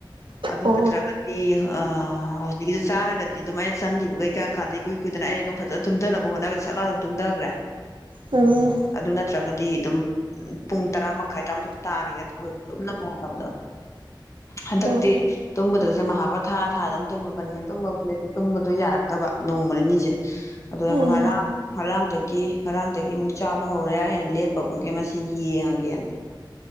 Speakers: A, on the left; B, on the right.
A: ꯑꯗꯨ
B: ꯑꯣ
A: ꯅꯠꯇ꯭ꯔꯒꯗꯤ ꯑ ꯆꯥꯔꯒꯗꯤ ꯑꯗꯨꯝ ꯑꯩꯅ ꯆꯪꯈꯤꯕꯒꯩ ꯀꯥꯟ ꯀꯥꯟꯗ ꯏꯨꯏ ꯀꯨꯏꯗꯅꯩꯅ ꯑꯗꯨꯝ ꯐꯖꯅ ꯇꯨꯝꯊꯅꯕ ꯍꯣꯠꯅꯒꯗꯤ ꯁꯠꯂꯥ ꯑꯗꯨ ꯇꯨꯝꯊꯈ꯭ꯔꯦ
B: ꯎꯝ
A: ꯑꯗꯨ ꯅꯠꯇ꯭ꯔꯒꯗꯤ ꯑꯗꯨꯝ ꯄꯨꯡ ꯇꯔꯥ ꯃꯈꯥꯏ ꯇꯔꯥꯃꯊꯣꯏ ꯇꯥꯒꯦꯒ ꯇꯧꯋꯦꯕ ꯇꯨꯝꯅ ꯍꯣꯠꯅꯕꯗ ꯍꯟꯗꯛꯇꯤ
B: ꯎꯝ
A: ꯇꯨꯝꯕꯗꯒꯁꯨꯦ ꯃꯍꯥꯕ ꯊꯥ ꯊꯥꯗ ꯑꯗꯨꯝ ꯇꯨꯝꯃꯕꯅꯦ ꯇꯨꯝꯃꯕꯗꯤ ꯇꯨꯝꯕꯗꯣ ꯌꯥꯔꯛꯇꯕ ꯅꯣꯡꯃ ꯅꯤꯁꯦ ꯑꯗ
B: ꯎꯝ
A: ꯉꯔꯥꯡ ꯉꯔꯥꯡꯗꯒꯤ ꯉꯔꯥꯡꯗꯒꯤ ꯑꯃꯨꯛ ꯆꯥꯕ ꯍꯧꯔꯦ ꯑꯩꯅ ꯂꯦꯞꯄꯒꯨꯝꯒ ꯃꯁꯤ ꯌꯦꯡꯉꯒꯦꯅ